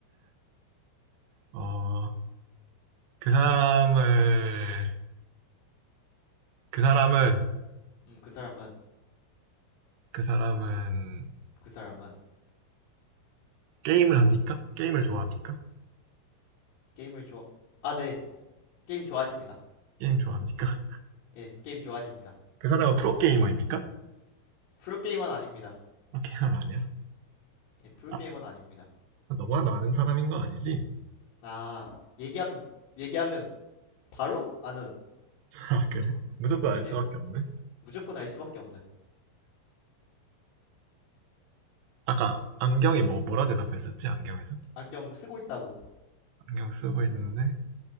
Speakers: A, on the right; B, on the left.
A: 어, 그 사람을 그 사람은
B: 음, 그 사람은
A: 그 사람은
B: 그 사람은
A: 게임을 합니까? 게임을 좋아합니까?
B: 게임을 좋아 아, 네. 게임 좋아하십니다.
A: 게임 좋아합니까?
B: 예, 게임 좋아하십니다.
A: 그 사람은 프로게이머입니까?
B: 프로게이머는 아닙니다.
A: 프로게이머 아니야?
B: 예, 프로게이머는
A: 아,
B: 아닙니다.
A: 너만 아는 사람인 거 아니지?
B: 아, 얘기하면 얘기하면 바로 아는
A: <laughs> 아, 그래? 무조건 알 수밖에
B: 예,
A: 없네.
B: 무조건 알 수밖에 없는
A: 아까 안경이 뭐 뭐라 대답했었지? 안경에서?
B: 안경 쓰고 있다고.
A: 안경 쓰고 있는데